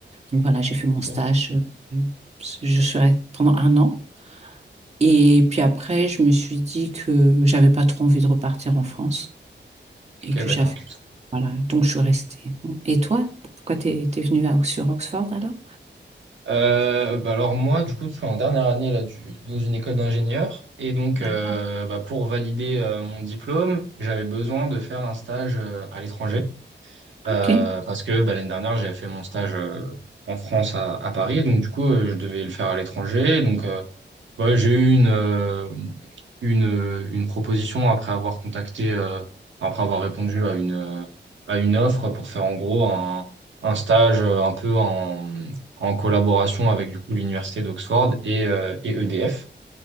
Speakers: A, on the right (about 35°); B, on the right (about 85°).
A: Donc voilà, j'ai fait mon
B: bon.
A: stage. euh, Je serai pendant un an et puis après je me suis dit que j'avais pas trop envie de repartir en France
B: Ok,
A: et que
B: d'accord.
A: j'avais voilà donc je suis restée. Et toi, pourquoi t'es t'es venue à, sur Oxford alors?
B: Euh, bah alors moi, du coup, je suis en dernière année là, du, dans une école d'ingénieur. Et donc,
A: D'accord.
B: euh, bah, pour valider euh, mon diplôme, j'avais besoin de faire un stage euh, à l'étranger. Euh,
A: Ok.
B: parce que bah, l'année dernière, j'avais fait mon stage euh, en France à, à Paris. Donc, du coup, euh, je devais le faire à l'étranger. Donc, euh, Ouais, j'ai eu une, euh, une, euh, une proposition après avoir contacté, euh, enfin, après avoir répondu à une, euh, à une offre pour faire en gros un, un stage euh, un peu en, en collaboration avec du coup l'université d'Oxford et, euh, et EDF.